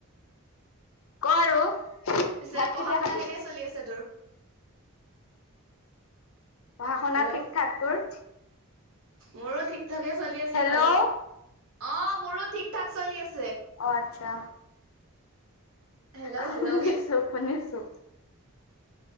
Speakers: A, on the left (about 70°); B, on the right (about 75°).
A: ক আৰু
B: পিছে
A: ভাত
B: পঢ়া
A: কেতিয়া
B: শুনা
A: খাবি?
B: কেনেক চলি আছে তোৰ।
A: পঢ়া শুনা
B: হেল্ল'
A: ঠিকঠাক তোৰ।
B: মোৰো ঠিক ঠাকে চলি আছে
A: হেল্ল'
B: বাৰু
A: অ
B: অ মোৰো ঠিক ঠাক চলি আছে।
A: অ আচ্ছা।
B: Hello
A: শুনিছো
B: hello.
A: শুনিছো।